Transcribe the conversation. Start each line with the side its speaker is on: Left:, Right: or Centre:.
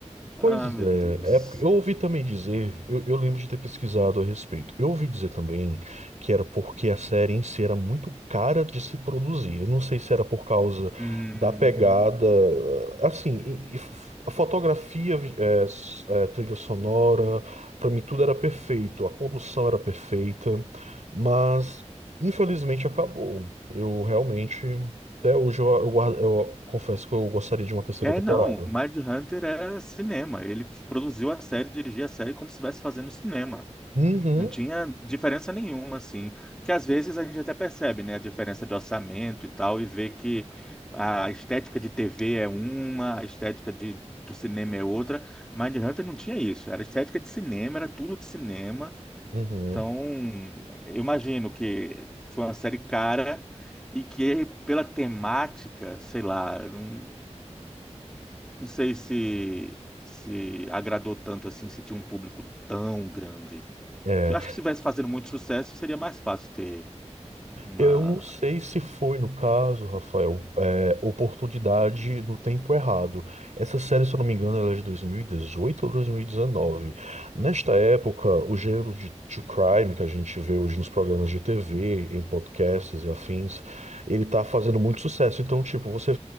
Centre: Ah,
Right: Pois
Centre: meu
Right: é,
Centre: Deus.
Right: é porque eu ouvi também dizer, eu, eu lembro de ter pesquisado a respeito. Eu ouvi dizer também que era porque a série em si era muito cara de se produzir. Eu não sei se era por causa
Centre: Hum.
Right: da pegada, assim, e- e f- a fotografia, vi- é, s- é, trilha sonora, pra mim tudo era perfeito, a condução era perfeita, mas infelizmente acabou. Eu realmente, até hoje eu, eu guardo- eu confesso que eu gostaria de uma terceira
Centre: É,
Right: temporada.
Centre: não, Mindhunter era cinema. Ele produziu a série, dirigia a série como se estivesse fazendo cinema.
Right: Uhum.
Centre: Não tinha diferença nenhuma, assim. Que às vezes a gente até percebe, né, a diferença de orçamento e tal, e vê que a estética de TV é uma, a estética de, do cinema é outra. Mindhunter não tinha isso. Era estética de cinema, era tudo de cinema.
Right: Uhum.
Centre: Então, eu imagino que foi uma série cara e que pela temática, sei lá, não, não sei se, se agradou tanto assim, se tinha um público tão grande.
Right: É,
Centre: Eu acho que se estivesse fazendo muito sucesso, seria mais fácil ter uma.
Right: eu não sei se foi no caso, Rafael, é, oportunidade no tempo errado. Essa série, se eu não me engano, ela é de 2018 ou 2019. Nesta época, o gênero de true crime que a gente vê hoje nos programas de TV, em podcasts e afins, ele tá fazendo muito sucesso. Então, tipo, você